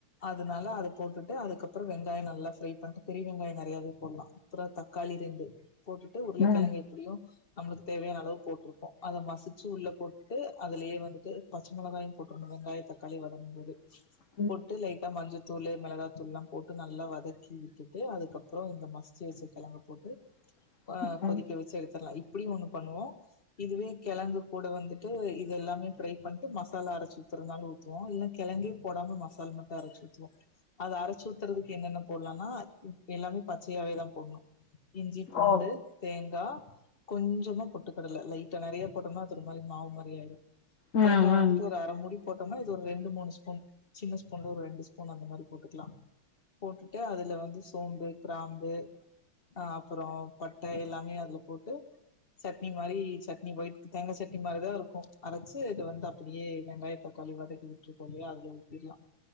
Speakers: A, on the left; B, on the left.
A: அதனால அத போட்டுட்டு அதுக்கப்றோ வெங்காயோ நல்லா ஃப்ரை பண்ணி பெரிய வெங்காயோ நறையாவே போட்லா அப்றோ தக்காளி ரெண்டு போட்டுட்டு உருளக்கெழங்கு
B: ம்
A: எப்பிடியு நம்மளுக் தேவயான அளவு போட்ருக்கோ அத மசிச்சி உள்ள போட்டு அதுலயே வந்துட்டு பச்ச மொளகாயு போட்றனு வெங்காய தக்காளி வதங்கும் போது
B: <inaudible>
A: போட்டு லை ட்டா மஞ்சத்தூளு மெளகாத்தூள்லா போட்டு நல்லா வதக்கி விட்டுட்டு அதுக்கப்புறோ இந்த மசிச்சி வச்ச கெழங்க போட்டு
B: <inaudible>
A: ஆ கொதிக்க
B: ம்
A: வச்சு எடுத்தர்லா இப்டியு ஒண்ணு பண்ணுவோ இதுவே கெழங்கு கூட வந்துட்டு இது எல்லாமே ஃப்ரை பண்ட்டு மசாலா அரச்சு ஊத்தறந்தாலூ ஊத் துவோ இல்ல கெழங்கே போடாம மசால் மட்டு அரச்சி ஊத்துவோ அத அரச்சி ஊத்தறதுக்கு என்னென்ன போட்லானா எல்லாமே பச்சையாவேதா போட்ணு இஞ்சி பூண்டு
B: ஓ
A: தேங்கா கொஞ்சமா பொட்டுக்கடல லைட்டா நறையா போட்டோம்னா அது ஒரு மாரி மாவு மாரி ஆய்ரு
B: ம்
A: தேங்கா வந்துட்டு
B: ம்
A: ஒரு அர மூடி போட்டோம்னா இது ஒரு ரெண்டு மூணு ஸ்பூன் சின்ன ஸ்பூன்ல ஒரு ரெண்டு ஸ்பூன் அந்த மாரி போட்டுக்லா போட்டுட்டு அதுல வந்து சோம்பு கிராம்பு ஆ அப்பறோ பட்ட எல்லாமே அதுல போட்டு சட்னி மாரி சட்னி ஒயிட்கு தேங்கா சட்னி மாரிதா இருக்கு அரச்சு இத வந்து அப்படியே வெங்காய தக்காளி வதக்கி ட்ருக்கோலையா அதுல ஊத்திற்லா